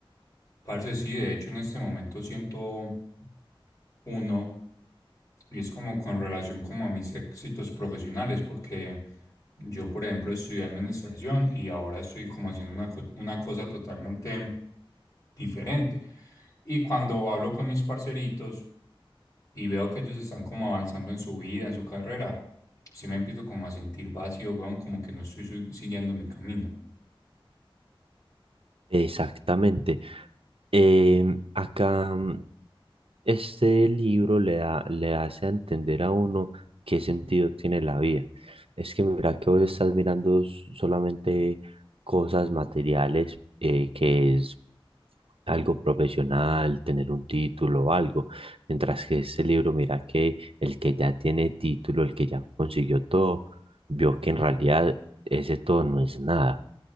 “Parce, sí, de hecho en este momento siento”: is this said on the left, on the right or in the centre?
Left